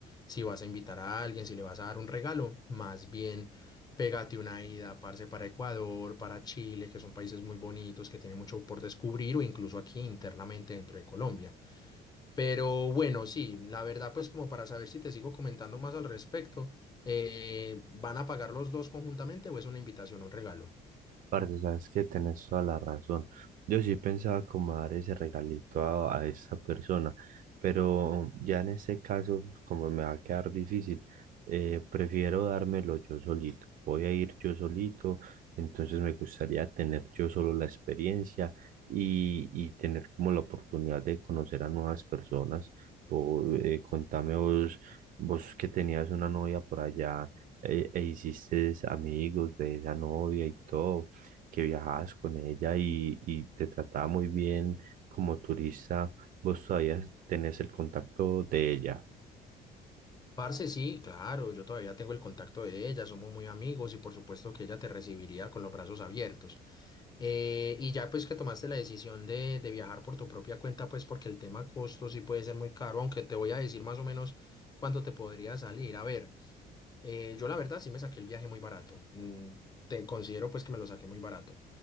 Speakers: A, on the left; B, on the right.
A: Si vas a invitar a alguien, si le vas a dar un regalo, más bien pégate una ida, parce, para Ecuador, para Chile, que son países muy bonitos, que tienen mucho por descubrir o incluso aquí internamente dentro de Colombia. Pero bueno, sí, la verdad, pues como para saber si te sigo comentando más al respecto, eh, ¿van a pagar los dos conjuntamente o es una invitación, un regalo?
B: Parce, sabes que tenés toda la razón. Yo sí pensaba como dar ese regalito a, a esa persona, pero ya en este caso, como me va a quedar difícil, eh, prefiero dármelo yo solito. Voy a ir yo solito, entonces me gustaría tener yo solo la experiencia y, y tener como la oportunidad de conocer a nuevas personas. Por, eh, contame vos, vos que tenías una novia por allá eh, e hiciste amigos de esa novia y todo que viajabas con ella y, y te trataba muy bien como turista, vos todavía tenés el contacto de ella,
A: Parce, sí, claro, yo todavía tengo el contacto de ella, somos muy amigos y por supuesto que ella te recibiría con los brazos abiertos. Eh, y ya pues que tomaste la decisión de, de viajar por tu propia cuenta, pues porque el tema costo sí puede ser muy caro, aunque te voy a decir más o menos cuánto te podría salir. A ver. Eh, yo la verdad sí me saqué el viaje muy barato. Mm, te considero pues que me lo saqué muy barato.